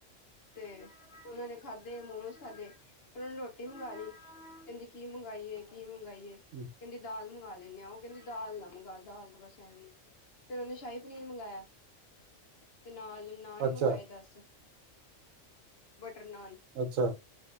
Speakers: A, on the left; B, on the right.
A: ਤੇ ਉਹਨਾਂ ਨੇ ਖਾਧੇ ਮੋਮੋਸ ਖਾਧੇ। ਉਹਨਾਂ ਨੇ ਰੋਟੀ ਮੰਗਵਾ ਲਈ ਕਹਿੰਦੀ। ਕੀ ਮੰਗਈਏ ਕੀ ਮੰਗਾਈਏ ਕਹਿੰਦੀ
B: ਹੂੰ,
A: ਦਾਲ ਮੰਗਵਾ ਲੈਂਦੇ ਆ ਉਹ ਕਹਿੰਦੀ। ਦਾਲ ਨਾ ਮੰਗਵਾ ਦਾਲ ਬਸ ਐਵੀ ਫਿਰ ਉਹਨੇ ਸ਼ਾਹੀ ਪਨੀਰ ਮੰਗਵਾਇਆ। ਤੇ ਨਾਲ ਨਾਨ
B: ਅੱਛਾ
A: ਮੰਗਵਾਏ ਦੱਸ ਬਟਰ ਨਾਨ।
B: ਅੱਛਾ।